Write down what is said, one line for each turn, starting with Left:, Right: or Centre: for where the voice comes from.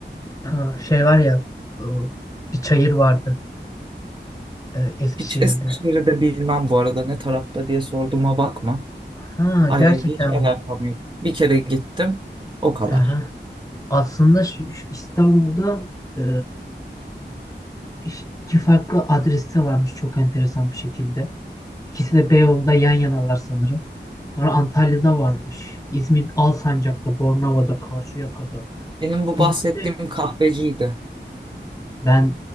Left: Aa, şey var ya e, bir çayır vardı e, Eskişehir'de.
Right: Hiç Eskişehir'i de bilmem bu arada ne tarafta diye sorduğuma bakma.
Left: Ha
Right: Ay
Left: gerçekten.
Right: hiç alakam
Left: mi?
Right: yok. Bir kere gittim. O kadar.
Left: Aha. Aslında şu, şu İstanbul'da e, iş- iki farklı adreste varmış çok enteresan bir şekilde. İkisi de Beyoğlu'nda yan yanalar sanırım. Sonra Antalya'da varmış. İzmir Alsancak'ta, Bornova'da, Karşıyaka'da.
Right: Benim bu
Left: İzmir'de
Right: bahsettiğim kahveciydi.
Left: Ben